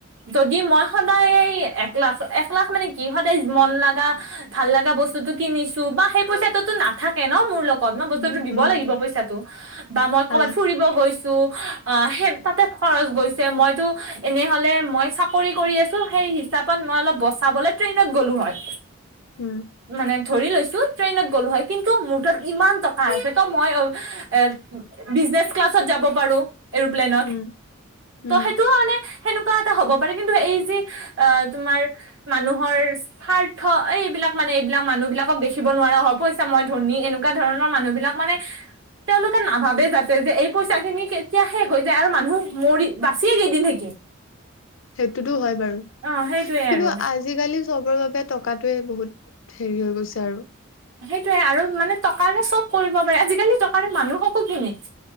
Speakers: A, on the right; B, on the left.
A: যদি মই সদায় এক লাখ এক লাখ মানে কি সদায় মন লগা ভাল লগা বস্তু টো কিনিছো বা সেই পইচাটোতো নাথাকে ন মোৰ লগ গত বস্তুতো
B: উম
A: দিব
B: উম
A: লাগিব পইচাটো বা মই
B: হা
A: ক'ৰবাত ফুৰিব গৈছো অ', সেই তাতে খৰচ গৈছে। মইতো এনেহ'লে মই চাকৰি কৰি আছোঁ, সেই হিচাপত মই অলপ বচাবলৈ ট্ৰেইনত গ'লো হয়।
B: উম।
A: মানে ধৰি লৈছোঁ ট্ৰেইনত গ'লো হয়, কিন্তুটো মোৰ তাত ইমান টকা আছে, ত' মই অ, এ বিজনেছ ক্লাছত যাব পাৰোঁ। এৰোপ্লেনত।
B: উম উম
A: ত' সেইটোও মানে সেনেকুৱা হ'ব পাৰে কিন্তু এই যি অ', তোমাৰ মানুহৰ স্বাৰ্থ এইবিলাক মানে, এই বিলাক মানুহ বিলাকক দেখিব নোৱাৰা হয়। <unintelligible> মই ধনী এনেকুৱা ধৰণৰ মানুহবিলাক মানে তেওঁলোকে নাভাৱেই যাতে যে এই পইচাখিনি কেতিয়া শেষ হৈ যায় আৰু মানুহ মৰি বাচিয়ে কেইদিন থাকিম।
B: সেইটোতো হয় বাৰু
A: অ' সেইটোয়ে
B: কিন্তু,
A: আৰু
B: আজি-কালি চবৰ বাবে টকাটোৱে বহুত। হেৰি হৈ গৈছে আৰু।
A: সেইটোৱে আৰু মানে, টকাৰে চব কৰিব পাৰে। আজি-কালি টকাৰে মানুহকো কিনে।